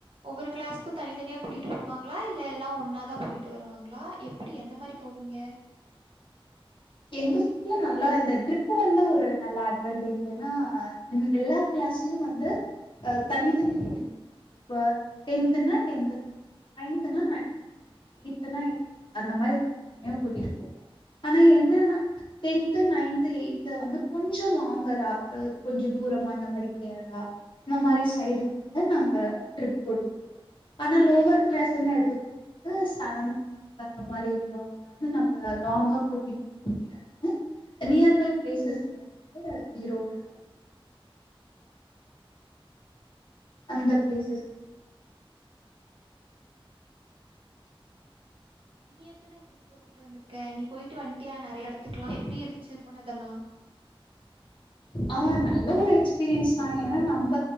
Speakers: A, on the right; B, on the left.
A: ஒவ்வரு கிளாஸ்கு தனித்தனியா கூட்டிட்டு போவாங்களா இல்ல எல்லா ஒன்னாதா போய்ட்டு வருவாங்ளா எப் எப்டி எந்த மாரி போவீங்க
B: எங்கு நல்லா இந்த ட்ரிப்பு வந்து ஒரு நல்ல அட்வான்டேஜ் ஏன்னா எல்லா கிளாஸ்லயு வந்து அஹ் தனி தனியு குடிக் இப்ப டென்த்து னா டென்த்து நைன்த்து னா நைன்த்து இத்தனை அந்த மாரி தனி தனியா கூட்டிட்டு போவோ ஆனா என்ன டென்த் நைன்த்து எயித்து வந்து கொஞ்சோ லாங்கரா கொஞ்சோ தூரமா இந்த மாரிக்கு கேரளா இந்த மாரி சைடுக்கு வந்து நாங்க ட்ரிப் போட்டு போவோ ஆனா லோவர் கிளாஸ்ன்னு எடுத்துக்கோ செவன்த் சிக்ஸ்த் அந்த மாரி இருக்கவங்கள வந்து நம்மள லாங்கா கூட்டிட்டு போக முடியாதுன்னு நியர்பை பிளேசஸ்ல வந்துட்டு ஈரோடு <inaudible> அந்த பிளேசஸ்
A: நீ எத்தன ட்ரிப் போயிட்டு வந்திருக்க நீ போயிட்டு வன்ட்டியா நிறைய இடத்துக்கலா
B: போவோ
A: எப்டி இருந்துச்சு போனதெல்லா
B: ஆஹ் நல்ல ஒரு எக்ஸ்பீரியன்ஸ் தா ஏன்னா நம்ப